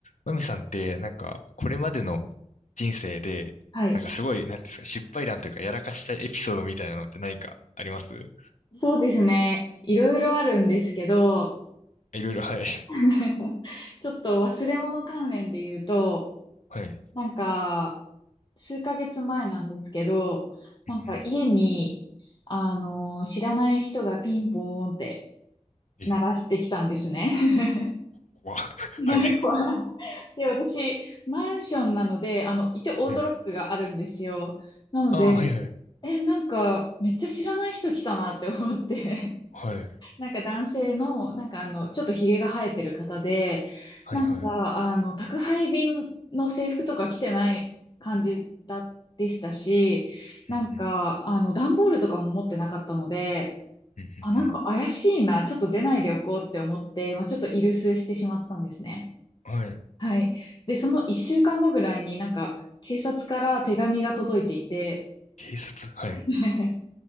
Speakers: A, on the left; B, on the left.
A: マミさんって、なんか、これまでの人生で、
B: はい。
A: なんかすごい、なんていうんですか、失敗談というか、やらかしたエピソードみたいなのって何かあります
B: そうですね。いろいろあるんですけど、
A: いろいろ、はい。
B: <laughs> ちょっと忘れ物関連で言うと、
A: はい。
B: なんか、数ヶ月前なんですけど、なんか家に、
A: うんう
B: あの、知らない人がピンポーンって
A: ん。
B: 鳴らしてきたんですね。
A: え、
B: <laughs>
A: 怖っ <laughs>
B: ね怖い
A: はい。
B: で、私、マンションなので、あの、一応オートロックがあるんですよ。
A: はい。
B: なので、
A: ああ、はいはい。
B: え、なんか、めっちゃ知らない人来たなって思って。
A: はい。
B: なんか男性の、なんかあの、ちょっとひげが生えてる方で、
A: はいはい。
B: なんか、あの、宅配便の制服とか着てない感じだ、でしたし、なんか、
A: うんうん。
B: あの、段ボールとかも持ってなかったので、
A: うんうん
B: あ、なんか怪しいな、ちょっと出ないでおこうって思って、まあ、ちょっとイルスしてしまったんですね。
A: うん。はい。
B: はい。で、その一週間後ぐらいになんか、警察から手紙が届いていて、
A: 警察、はい。
B: <laughs>